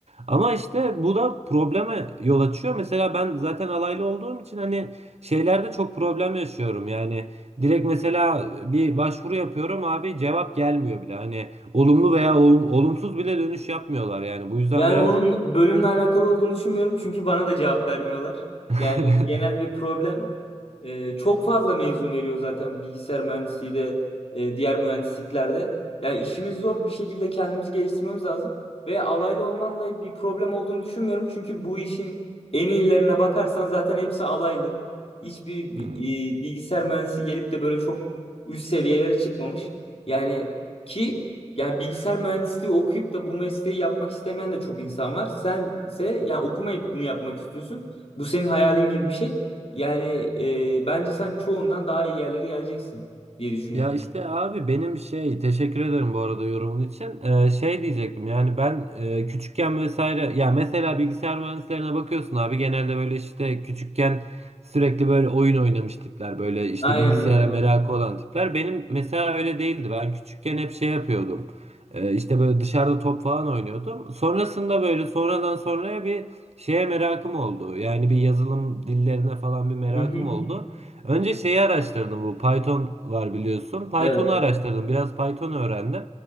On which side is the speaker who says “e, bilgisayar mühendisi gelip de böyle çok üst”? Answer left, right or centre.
Left